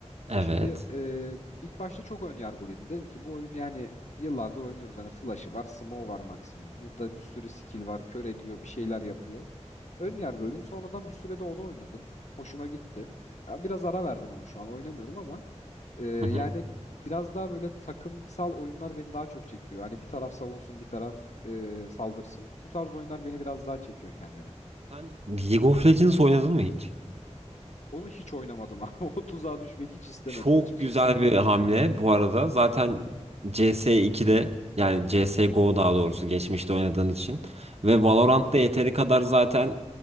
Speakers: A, on the right; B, on the left.
A: Evet.
B: E şimdi e, ilk başta çok ön yargılıydım. Dedim ki bu oyun yani yıllardır oynuyoruz. Hani flash'ı var, smoke'u var maksimum. Burada bir sürü skill var, kör ediyor, bir şeyler yapıyor ön yargılıydım. Sonradan bir sürede onu oynadım. Hoşuma gitti. Ya Biraz ara verdim onu şu an oynamıyorum ama e, yani
A: Hı hı.
B: biraz daha böyle takımsal oyunlar beni daha çok çekiyor. Hani bir taraf savunsun, bir taraf e, saldırsın. Bu tarz oyunlar beni biraz daha çekiyor kendine.
A: Sen League of Legends oynadın mı hiç?
B: Onu hiç oynamadım ama <laughs> o tuzağa düşmek hiç istemedim
A: Çok
B: açıkçası.
A: güzel bir hamle bu arada. Zaten CS2'de yani CSGO daha doğrusu geçmişte oynadığın için ve Valorant'ta yeteri kadar zaten